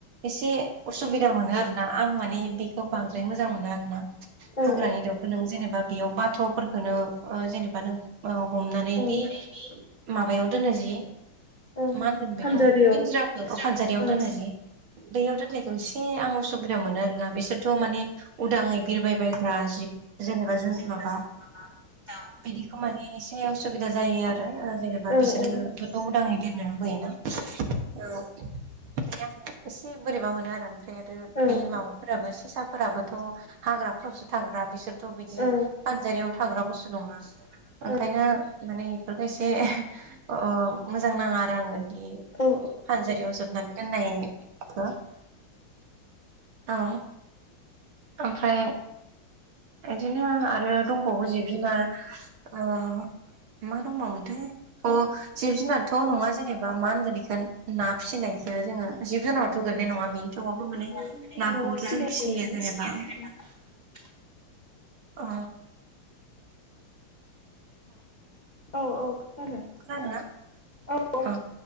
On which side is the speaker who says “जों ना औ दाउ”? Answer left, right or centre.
Left